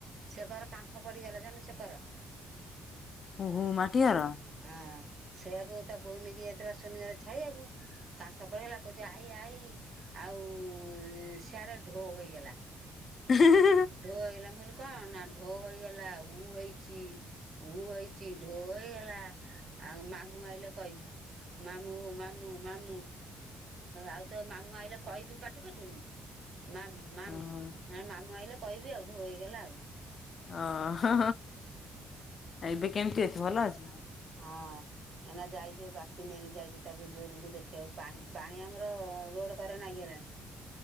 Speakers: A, on the right; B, on the left.
A: ସେଗର କାନ୍ଥ ପଡିଗଲା ଜାଣୁ ସେକର
B: ହୁ ହୁ ମାଟିଘର।
A: ହଁ ସେଆକୁ ତା ବୋଉ ନେଇକି ଯାଇଥିଲା ସୋନିଘରେ ଛାଡିଆକୁ କାନ୍ଥ ପଡିଗଲା କହୁଛି ଆଇ ଆଇ ଆଉ ସିଆଡେ ଢୋ ହୋଇଗଲା।
B: ହୁଁ
A: ଢୋ ହେଇଗଲା ମୁଁ କହିଲି କଣ ନା ଢୋ ହେଇଗଲା ଉ ହେଇଛି। ଉ ହେଇଛି ଢୋ ହେଇଗଲା ଆଉ ମାମୁଁ ଆଇଲେ କହିବି ମାମୁଁ ମା ମାମୁଁ ମାମୁଁ ଆଉ ତ ମାମୁଁ ଆଇଲା କହିବି ପାଟି ଫିଠୁନି ମାମୁ ମାମୁ
B: ହଁ।
A: ମାମୁଁ ଆଇଲେ କହିବି ଆଉ ଢୋ ହେଇଗଲା ଆଉ
B: ଓ ହୋ ଏବେ କେମିତି ଅଛି ଭଲ ଅଛି।
A: ହଁ। ଏନା ଯାଇଛି ବାପି ନେଇକି ଯାଇଛି ତାକୁ ଜୋରକୁ ଦେଖିବାକୁ ପାଣି ପାଣି ଆମର ରୋଡ କରେ ନାଗିଗଲାଣି।